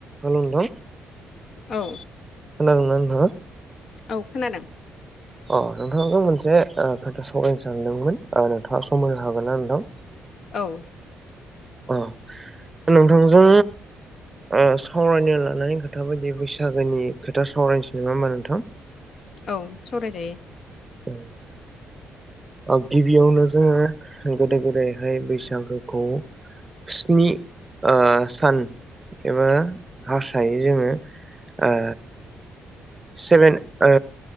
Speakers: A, on the right; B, on the left.
A: हेल' नोंथां
B: औ।
A: <unintelligible> नोंथांआ?
B: औ खोनादों।
A: औ नोंथांखौ मोनसे ओ खोथा सावरायनो सानदोंमोन ओ नोंथाङा सम होनो हागोन ना नोंथां?
B: औ
A: अ नोंथांजों ओ सावरायनो लानाय खोथा बायदि बैसागोनि खोथा सावरायनोसै नङा होमबा नोंथां?
B: औ सावरायजायो।
A: ओम ओ गिबियावनो जोङो गोदो गोदायहाय बैसागोखौ स्नि ओ सान एबा हारसायै जोङो ओ सेभेन ओ